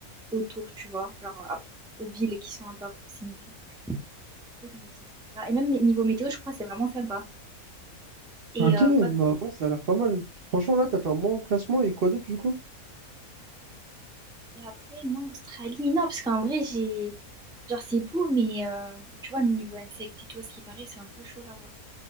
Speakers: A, in the centre; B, on the right.
A: autour, tu vois, genre à- aux villes qui sont un peu à proximité. Du coup, je me dis ça. Et même niveau météo, je crois que c'est vraiment sympa. Et
B: Ok,
A: euh, quoi? d'autre?
B: bah ouais, ça a l'air pas mal. Franchement, là, t'as fait un bon classement et quoi d'autre du coup?
A: Et après, moi, Australie, non, parce qu'en vrai, j'ai. Genre, c'est beau, mais euh, tu vois, niveau insectes et tout, à ce qui paraît, c'est un peu chaud là-bas.